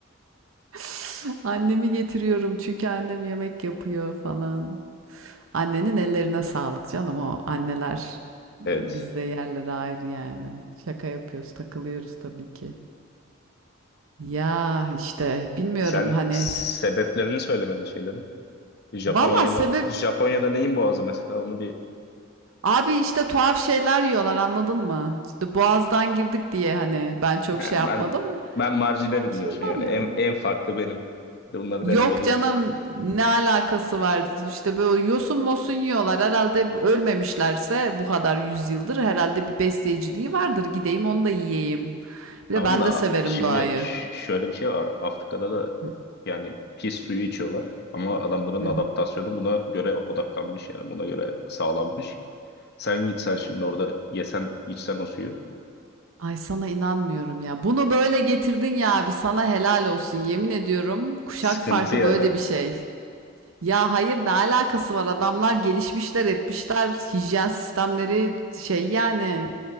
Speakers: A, on the right; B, on the left.
A: <laughs> Annemi getiriyorum çünkü annem yemek yapıyor falan. Annenin ellerine sağlık canım. O anneler e,
B: Evet.
A: bizde yerleri ayrı yani. Şaka yapıyoruz, takılıyoruz tabii ki. Ya, işte bilmiyorum
B: Sen
A: hani.
B: sebeplerini söylemedin şeylerin. Japonya'ya
A: Valla sebep
B: mı- Japonya'da neyin boğazı mesela onu bir
A: Abi işte tuhaf şeyler yiyorlar anladın mı? İşte Boğaz'dan girdik diye hani ben çok
B: Ha,
A: şey
B: ben
A: yapmadım. mı?
B: ben marjinalim
A: Tuhaf şeyler
B: diyorsun yani
A: yiyorlar.
B: en, en farklı benim. Bunları
A: Yok
B: denemeliyim.
A: canım ne alakası var? İşte böyle yosun mosun yiyorlar. Herhalde ölmemişlerse bu kadar yüzyıldır herhalde bir besleyiciliği vardır. Gideyim onu da yiyeyim.
B: Tamam
A: Bir de ben
B: da
A: de severim
B: şimdi
A: doğayı.
B: ş- şöyle bir şey var. Afrika'da da
A: Hı,
B: yani pis suyu içiyorlar ama adamların
A: hı
B: adaptasyonu
A: hı.
B: buna göre odaklanmış yani buna göre sağlanmış. Sen gitsen şimdi orada yesen içsen o suyu
A: Ay sana inanmıyorum ya. Bunu böyle getirdin ya abi sana helal olsun. Yemin ediyorum kuşak
B: sıkıntı
A: farkı
B: yani.
A: böyle bir şey. Ya hayır ne alakası var? Adamlar gelişmişler, etmişler. Hijyen sistemleri şey yani